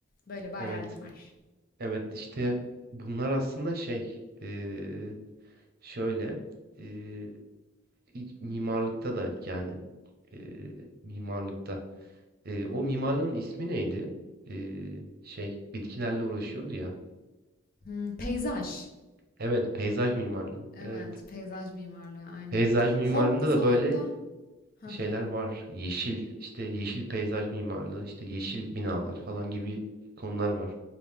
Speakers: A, on the left (about 45°); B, on the right (about 45°).
A: Böyle bir
B: Evet,
A: hayalim var.
B: evet işte bunlar aslında şey, eee, şöyle. eee, İlk mimarlıkta da yani e, mimarlıkta. E, o mimarlığın ismi neydi? E, şey bitkilerle uğraşıyordu ya.
A: Hmm, peyzaj.
B: Evet, peyzaj mimarlığı.
A: Evet,
B: Evet.
A: peyzaj mimarlığı aynen.
B: Peyzaj mimarlığında
A: Home design'da.
B: da böyle
A: Hı
B: şeyler
A: hı.
B: var. Yeşil, işte yeşil peyzaj mimarlığı, işte yeşil binalar falan gibi konular var.